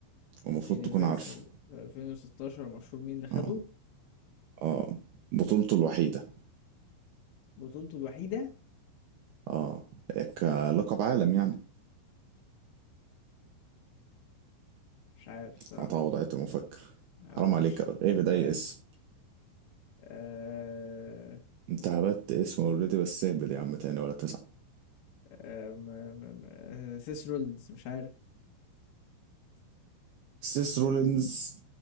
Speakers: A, on the right (about 80°); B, on the left (about 70°).
A: المفروض
B: يونيفرسال
A: تكون عارفه
B: في 2016 مشهور مين اللي خده
A: اه اه بطولته الوحيدة
B: بطولته الوحيده
A: اه كلقب عالم يعني
B: مش عارف صراحه
A: عطاها وضعية المفكر
B: آه
A: حرام عليك
B: مش
A: يا راجل
B: مش
A: ايه بدأي
B: عارف
A: اسم
B: آه...
A: انت هبت اسم اوريدي بس اهبد يا عم تاني ولا تزعل
B: آه... ما... ما... ما... آه... سيس رولينز مش عارف
A: سيس رولينز